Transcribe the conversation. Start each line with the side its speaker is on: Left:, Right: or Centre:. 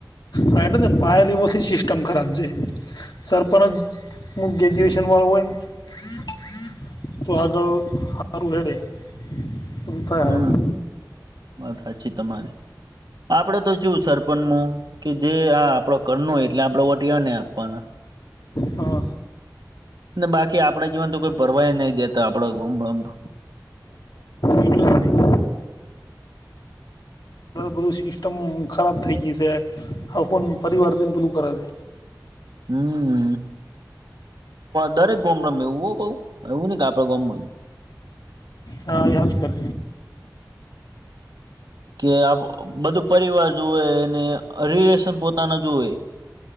Left: હ એટલે પાય લો મી સિસ્ટેમ ખરાબ છે. સરપંન જ ગ્રેજુએશન વાળું હોય ને. તો આગળ હારું હેડે. બધું થાય
Right: હમ
Left: સારું
Right: વાત સાચી તમારી. આપડે તો જોવ સરપંચમાં કે જે આ આપડો ઘરનો હોય એટલે આપડ વૉટ અને આપવાના.
Left: હા
Right: બાકી આપડે જીવાન તો કોઈ ભરવાય નહી દેતો આપડો ગમમ તો.
Left: એટલે જ નહીં બધું સિસ્ટમ ખરાબ થઈ ગઈ છે હવે ખોની પરિવાર જોઈ ને પેલું કરે છે.
Right: હમ દરેક ગોમડા માં એવું હો બઉ એવું નઈ કે આપડા ગોમમાં જ.
Left: હા એજ કર.
Right: કે આ બધું પરિવાર જોવેએ અને રિલેશન પોતાના જોવે.